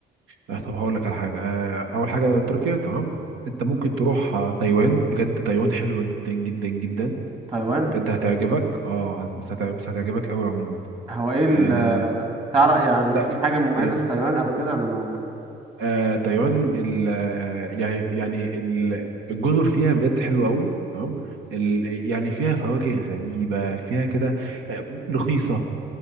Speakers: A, on the right (about 85°); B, on the right (about 30°).
A: لا طب هقول لك على حاجه آه، اول حاجه تركيا تمام انت ممكن تروح آه، تايوان بجد تايوان حلوه جدا جدا جدا
B: تايوان
A: بجد هتعجبك اه بس هتع- بس هتعجبك قوي عموما
B: هو ايه ال-
A: آه
B: تعرف يعني
A: لا
B: في حاجة مميزة
A: إيه،
B: في تايوان او كده انا ما
A: آه تايوان ال آه، يعني يعني ال- الجزر فيها بجد حلوه قوي تمام ال- يعني فيها فواكه غريبه فيها كده آه، رخيصه